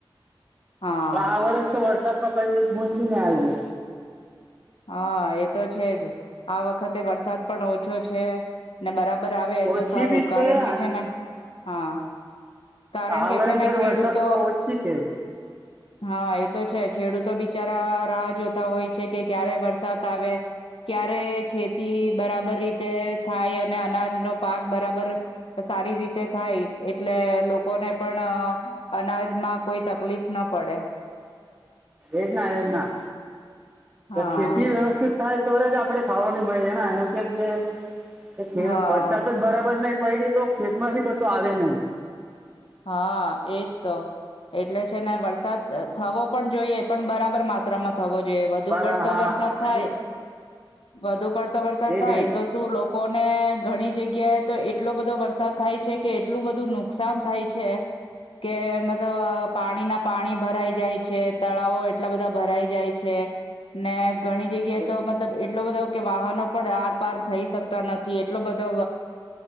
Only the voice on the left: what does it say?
હા
હા એ તો છેજ આ વખતે વરસાદ પણ ઓછો છે ને બરાબર બરાબર આવે
તો સારું
કારણ
કે છે ને હા. કારણ
કે
છે ને
ખેડૂતો
હા એ તો છે ખેડૂતો બિચારા રાહ જોતા હોય છે કે ક્યારે વરસાદ આવે ક્યારે ખેતી બરાબર રીતે થાય અને અનાજનો પાક બરાબર સારી રીતે થાય એટલે લોકો લોકોને પણ અનાજમાં કોઈ તકલીફ ના પડે.
હા
હા
હા એજ તો એટલે છે ને વરસાદ થવો પણ જોઈએ પણ બરાબર માત્રામાં થવો જોઈએ વધુ
પડતો
વરસાદ
થાય વધુ પડતા વરસાદ
થાય
તો શું લોકો કોને ઘણી જગ્યાએ તો એટલો બધો વરસાદ થાય છે કે એટલું બધું નુકસાન થાય છે. કે મતલબ પાણી ના પાણી ભરાઈ જાય છે, તળાવો એટલા બધા ભરાઈ જાય છે ને ઘણી જગ્યાએ,
તો મતલબ એટલો બધો કે વાહનો પણ આર પાર થઈ શકતા નથી, એટલો બધો